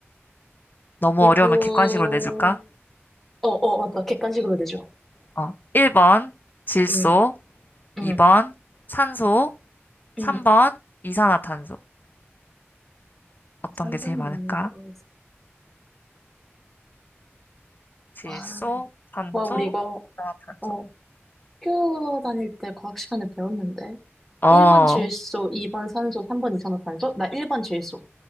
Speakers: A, on the left; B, in the centre.
A: 너무
B: 이구,
A: 어려우면 객관식으로 내줄까?
B: 어, 어, 맞다. 객관식으로 되죠.
A: 어, 1번 질소,
B: 응, 응,
A: 2번 산소, 3번
B: 응.
A: 이산화탄소. 어떤
B: 상상이
A: 게 제일 많을까?
B: 오늘 거 있어.
A: 질소,
B: 와, 이-
A: 산소,
B: 와, 우리 이거,
A: 이산화탄소.
B: 어, 학교 다닐 때 과학 시간에 배웠는데.
A: 어,
B: 1번 질소, 2번 산소, 3번 이산화탄소? 나 1번 질소.